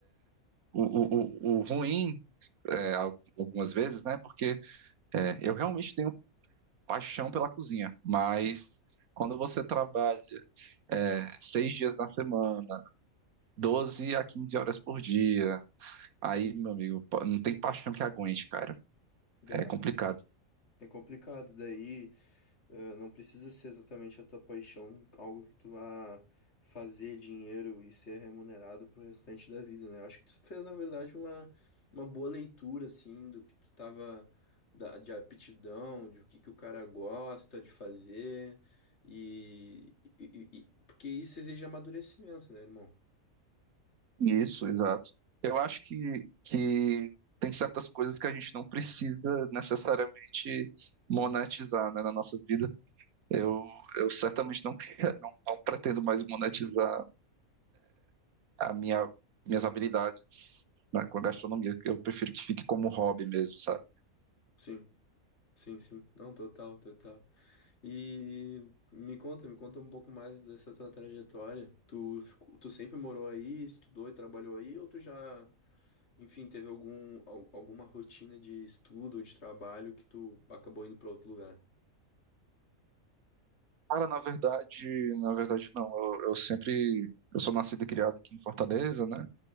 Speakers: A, on the right (about 80°); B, on the left (about 50°).
A: O, o, o, o ruim, é, al- algumas vezes, né? Porque é, eu realmente tenho paixão pela cozinha, mas quando você trabalha é, seis dias na semana, 12 a 15 horas por dia. Aí, meu amigo, pa- não tem paixão que aguente, cara.
B: Dá.
A: É complicado.
B: É complicado daí. Eh, Não precisa ser exatamente a tua paixão, algo que tu vá fazer dinheiro e ser remunerado pro restante da vida, né? Eu acho que tu fez, na verdade, uma, uma boa leitura, assim, do que tu tava, da, de aptidão, de o que que o cara gosta de fazer, e, e, e- e- porque isso exige amadurecimento, né, irmão?
A: Isso, exato. Eu acho que, que tem certas coisas que a gente não precisa necessariamente monetizar, né, na nossa vida. Eu, eu certamente não quero, não, não pretendo mais monetizar a minha, minhas habilidades, né, com a gastronomia. Eu prefiro que fique como hobby mesmo, sabe?
B: Sim, sim, sim. Não, total, total. E me conta, me conta um pouco mais dessa tua trajetória. Tu, ficou- tu sempre morou aí, estudou e trabalhou aí, ou tu já, enfim, teve algum, al- alguma rotina de estudo ou de trabalho que tu acabou indo pra outro lugar?
A: Cara, na verdade, na verdade não. Eu, eu sempre, eu sou nascido e criado aqui em Fortaleza, né?